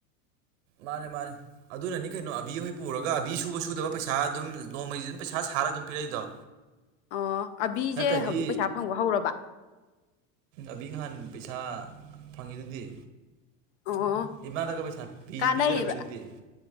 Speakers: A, on the right; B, on the left.
A: ꯃꯥꯟꯅꯦ ꯃꯥꯟꯅꯦ꯫ ꯑꯗꯨꯅꯅꯤ ꯀꯩꯅꯣ ꯑꯕꯤꯍꯣꯏ ꯄꯨꯔꯒ ꯑꯕꯤ ꯁꯨꯕ ꯁꯨꯗꯕ ꯄꯩꯁꯥ ꯑꯗꯨꯝ ꯅꯣꯡꯃꯩꯒꯤ ꯑꯗꯨꯝ ꯄꯩꯁꯥ ꯁꯥꯔꯒ ꯑꯗꯨꯝ ꯄꯤꯔꯛꯏꯗꯣ꯫
B: ꯑꯣ ꯑꯕꯤꯖꯦ
A: ꯅꯠꯇ꯭ꯔꯗꯤ
B: ꯍꯧꯖꯤꯛ ꯄꯩꯁꯥ ꯐꯪꯕ ꯍꯧꯔꯕ꯫
A: ꯑꯕꯤ ꯉꯍꯥꯟ ꯄꯩꯁꯥ ꯐꯪꯉꯤꯗꯨꯗꯤ꯫
B: ꯑꯣ
A: ꯏꯃꯥꯗꯒ ꯄꯩꯁꯥ ꯄꯤ
B: ꯀꯥꯟꯅꯩꯌꯦꯕ
A: ꯄꯤꯖꯔꯝꯃꯤꯗꯨꯗꯤ